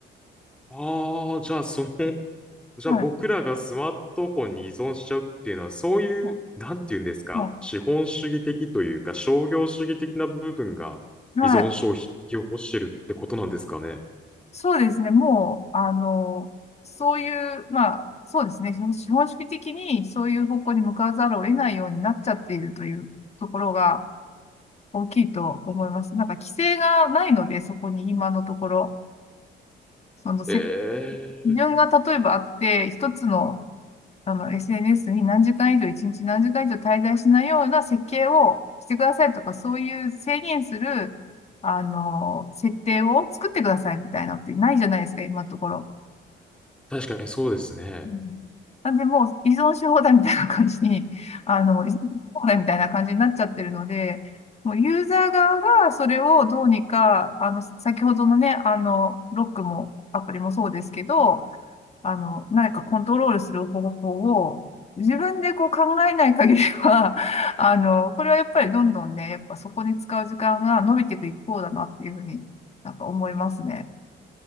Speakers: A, in the centre; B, on the left.
A: ああ、じゃあ、その、<laughs> じゃあ僕らがスマートフォンに依存しちゃうっていうのは、
B: はい。
A: そういう、
B: あ
A: なんて言うんですか、
B: あは
A: 資本主義的というか、商業主義的な部分が依存症を引き起こしてるってことなんですかね。
B: い。はいそうですね。もう、あの、そういう、まあ、そうですね。資本資本主義的にそういう方向に向かわざるを得ないようになっちゃっているというところが大きいと思います。なんか規制がないので、そこに今のところ、そのせ基
A: ええ、
B: 準が例えばあって、一つのあの、SNS に何時間以上、一日何時間以上滞在しないような設計をしてくださいとか、そういう制限する、あの、設定を作ってくださいみたいなのってないじゃないですか、今のところ。
A: 確かにそうですね。
B: うんなんで、もう依存し放題みたいな感じに、あの、依存し放題みたいな感じになっちゃってるので、もうユーザー側がそれをどうにか、あの、先ほどのね、あの、ロックもアプリもそうですけど、あの、何かコントロールする方法を自分でこう考えない限りは、<laughs> あの、これはやっぱりどんどんね、やっぱそこに使う時間が伸びていく一方だなっていうふうになんか思いますね。